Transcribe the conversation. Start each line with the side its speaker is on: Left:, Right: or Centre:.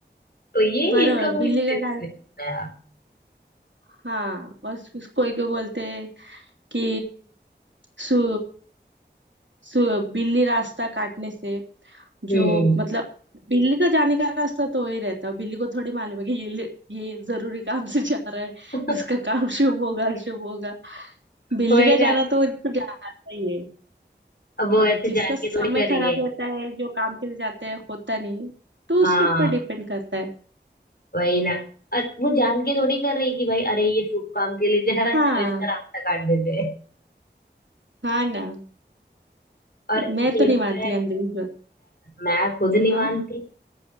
Left: तो ये
Right: बरोबर
Left: इसका कोई
Right: बिल्ली
Left: सेंस
Right: का टाइप
Left: नहीं होता यार
Right: हाँ और उस- कोई को बोलते हैं कि सु, सु बिल्ली रास्ता काटने से
Left: हम्म
Right: जो मतलब बिल्ली का जाने का रास्ता तो वही रहता है बिल्ली को थोड़ी मालूम है कि ये ले- ये जरूरी काम से जा रहा है
Left: <laughs>
Right: उसका काम <laughs> शुभ होगा शुभ होगा बिल्ली
Left: वही
Right: का
Left: ना
Right: जाना तो तो जाता ही है
Left: अब वो
Right: अभी
Left: ऐसे
Right: जिसका
Left: जान
Right: समय
Left: के थोड़ी कर रही
Right: खराब
Left: है
Right: होता है जो काम के लिए जाते हैं होता नहीं तो
Left: हाँ
Right: उसके ऊपर डिपेंड करता है
Left: वही ना और वो जान के थोड़ी कर रही है कि भाई अरे ये शुभ काम के लिए जा रहा है
Right: हाँ
Left: चलो इसका रास्ता काट देते हैं
Right: हाँ ना
Left: और ये
Right: मैं तो नहीं
Left: भी तो
Right: मानती
Left: है
Right: अंधविश्वास
Left: मैं खुद नहीं
Right: हाँ
Left: मानती